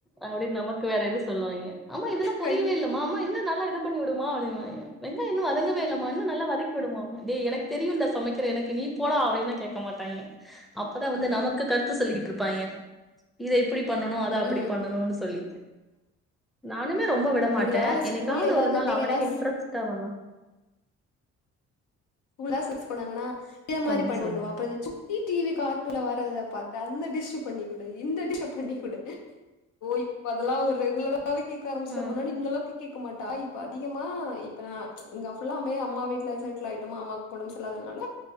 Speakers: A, in the centre; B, on the left.
A: அப்டின்னு நமக்கு வேற இது சொல்லுவாங்க அம்மா இதெல்லா பொரியவே
B: கண்டி
A: இல்லமா அம்மா இன்னு நல்லா இத பண்ணி வுடுமா அப்டின்னுவாங்க வெங்காயோ இன்னு வதங்கவேயில்லமா இன்னு நல்லா வதக்கி விடுமா, டேய் எனக்கு தெரியும்டா சமைக்கிற எனக்கு நீ போடா அப்படின்னு கேட்க மாட்டாங்கே அப்பதா வந்து நமக்கு கருத்து சொல்லிக்கிட்டு இருப்பாய்ங்க இத இப்டி பண்ணணு அத
B: ம்
A: அப்டி
B: ம்
A: பண்ணணுனு சொல்லி நானுமே ரொம்ப விடமாட்ட,
B: இதுல வேற ஸ்கூல்ல
A: என்னைக்காவது
B: ஏதாவது
A: ஒரு நாள்
B: பிள்ளைங்க
A: அவனே
B: ஏதாவது
A: இன்ட்ரெஸ்ட் அவனா
B: உளாசில்க்ஸ் போனாங்கனா இதே மாரி
A: சொல்லுங்க
B: பண்ணி
A: சொல்லுங்க
B: கொண்டு வா அப்பறோ இந்த சுக் சுட்டி டிவி கார்டுன்ல வர்றத பாத்து அந்த டிஷ் பண்ணிகுடு இந்த டிஷ்ஷ பண்ணிகுடு ஓ இப்ப அதெல்லா ஒரு ரெகுலராவே கேட்க ஆரம்பிச்சுட்டா
A: ம்
B: முன்னாடி இந்த அளவுக்கு கேக்க மாட்டா இப்ப அதிகமா இப்ப நா இங்க ஃபுல்லாமே அம்மா வீட்ல செட்டில் ஆய் ட்டோமா அம்மாவுக்கு ஒடம்பு சரியில்லாதனால